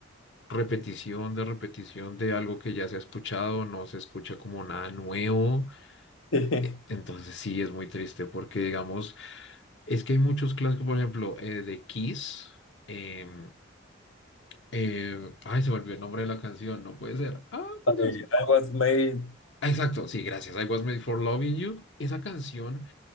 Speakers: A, on the left; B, on the left.
A: repetición de repetición de algo que ya se ha escuchado, no se escucha como nada nuevo.
B: <laughs> Ay,
A: Entonces sí, es muy triste porque digamos, es que hay muchos clásicos, por ejemplo, eh, de Kiss. em, eh, ay, se me olvidó el nombre de la canción, no puede ser. Ah, por
B: I
A: Dios.
B: was made.
A: Ah, Exacto, sí, gracias. I was made for loving you. Esa canción